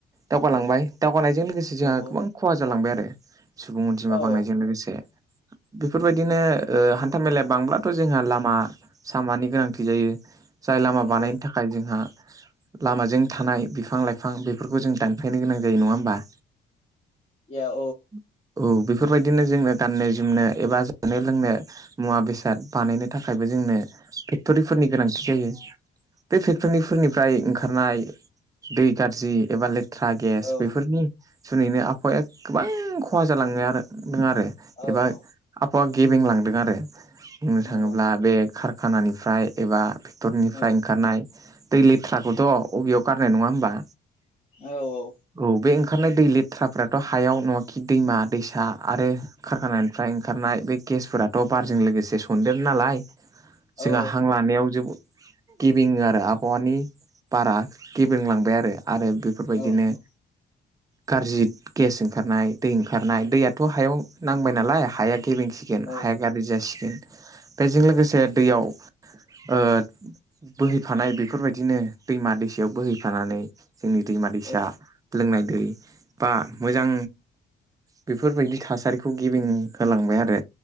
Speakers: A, on the right (about 15°); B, on the left (about 30°).
A: दावगालांबाय दावगानायजों लोगोसे जोंहा
B: नंगौ
A: गोबां खहा जालांबाय आरो सुबुं अनजिमा
B: औ
A: बांनायजों
B: औ
A: लोगोसे। बेफोरबायदिनो ओ हान्था मेलाया बांब्ला थ' जोंहा लामा सामानि गोनांथि जायो जाय लामा
B: नंगौ
A: बानायनो थाखाय जोंहा लामाजों थानाय बिफां लाइफां बेफोरखौ जों दानफायनो गोनां जायो नङा होमबा?
B: या औ
A: <inaudible> औ बेफोरबायदिनो जोङो गाननो जोमनो एबा जानो लोंनो मुवा बेसाद बानायनो थाखायबो जोंनो फेक्ट'रिफोरनि गोनांथि जायो। बे फेक्ट'रिफोरनिफ्राय ओंखारनाय दै गारजि एबा ले थ्रा गेस
B: औ
A: बेफोरनि जुनैनो आबहावाया गोबां खहा जालांनोदों आरो।
B: औ
A: एबा
B: औ
A: आबहावा गेबेंलांदों आरो। बुंनो
B: नंगौ
A: थाङोब्ला बे कारखानानिफ्राय एबा फेक्टरिनिफ्राय
B: औ
A: ओंखारनाय दै लेथ्राखौथ' अबेयाव गारनो नङा होमबा?
B: औ औ
A: औ बे ओंखारनाय दै लेथ्राफोराथ' हायाव नङाखि दैमा दैसा आरो खारखानायनिफ्राय ओंखारनाय बे गेसफोराथ' बारजों लोगोसे <unintelligible> नालाय जोंहा
B: औ
A: हां लानायाव जोबोद गेबेङो आरो आबहावानि बारा गेबेंलांबाय आरो आरो बे बेफोरबायदिनो
B: औ नंगौ
A: गाज्रि गेस ओंखारनाय दै ओंखारनाय दैयाथ' हायाव नांबाय नालाय हाया गेबेंसिगोन
B: औ
A: हाया गारजि जासिगोन बेजों लोगोसे दैयाव ओ बोहैफानाय बेफोरबायदिनो दैमा दैसायाव बोहैफानानै जोंनि दैमा दैसा
B: औ
A: लोंनाय दै बा मोजां बेफोरबायदि थासारिखौ गेबें होलांबाय आरो।